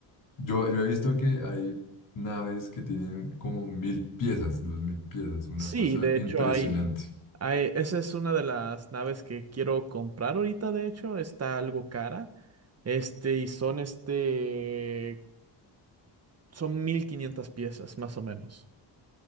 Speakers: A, on the left; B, on the right.
A: yo, yo he visto que hay naves que tienen como mil piezas, dos mil piezas, una
B: sí,
A: cosa
B: de
A: impresionante.
B: hecho hay, hay, esa es una de las naves que quiero comprar ahorita, de hecho, está algo cara. Este, y son este, son 1500 piezas, más o menos.